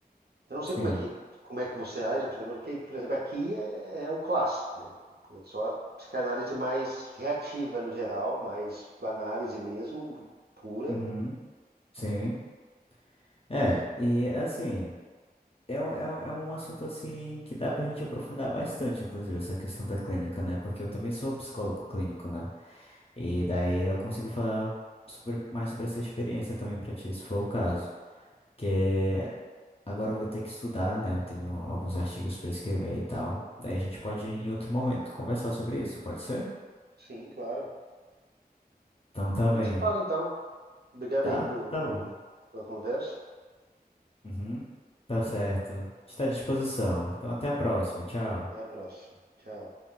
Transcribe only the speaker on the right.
Eu não sei como
é que, como é que você age na psicanálise, porque, por exemplo, aqui é, é o clássico, né? É só a psicanálise mais reativa no geral, mais análise mesmo, pura.
Uhum.
Sim, claro.
A
gente se fala então. Obrigado
aí por,
por,
pela conversa.
Até a próxima. Tchau.